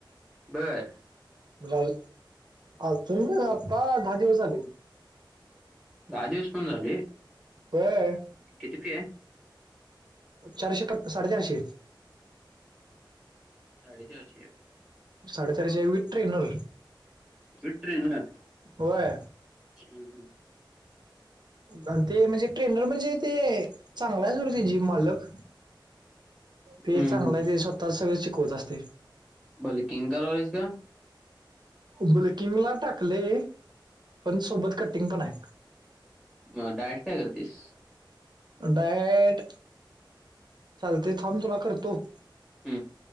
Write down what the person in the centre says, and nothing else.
बरं.
दहा दिवस पण झाले.
किती फी आहे?
साडेचारशे.
विथ ट्रेनर.
हम्म.
<inaudible>
हम्म.
बले किंका लावलीस का.
हा. डाएट काय करतेस?
हम्म.